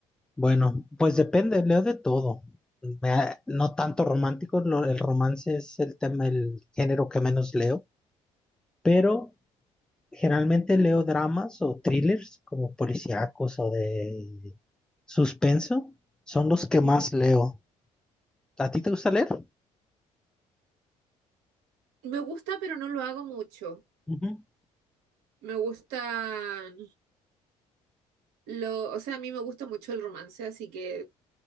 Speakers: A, in the centre; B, on the right.
A: Bueno, pues depende, leo de todo. Me ha- no tanto romántico, lo- el romance es el tema, el género que menos leo, pero generalmente leo dramas o thrillers como policíacos o de suspenso, son los que
B: Ujú.
A: más leo. ¿A ti te gusta leer?
B: Me gusta, pero no lo hago mucho.
A: Ujú.
B: Me gustan lo, o sea, a mí me gusta mucho el romance, así que